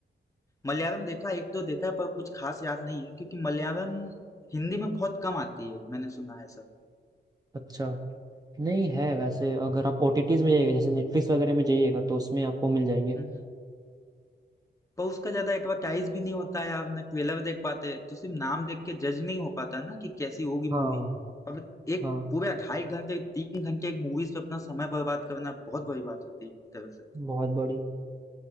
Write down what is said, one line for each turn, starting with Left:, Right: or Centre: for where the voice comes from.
Left: मलयालम देखा एक दो देखा है पर कुछ खास याद नहीं है क्योंकि मलयालम हिंदी में बहुत कम आती है मैंने सुना है सब
Right: अच्छा नहीं है वैसे अगर आप ओटीटीज में जाइएगा जैसे नेटफ्लिक्स वगैरह में जाइएगा तो उसमें आपको मिल जाएंगे
Left: हम्म। पर उसका ज्यादा एडवर्टाइज भी नहीं होता है आप ना ट्रेलर देख पाते तो सिर्फ नाम देख के जज नहीं हो पाता ना कि कैसी होगी
Right: हाँ
Left: मूवी अब एक
Right: हाँ
Left: पूरे ढाई घंटे तीन घंटे एक मूवीज पे अपना समय बर्बाद करना बहुत बड़ी बात होती है एक तरह से
Right: बहुत बड़ी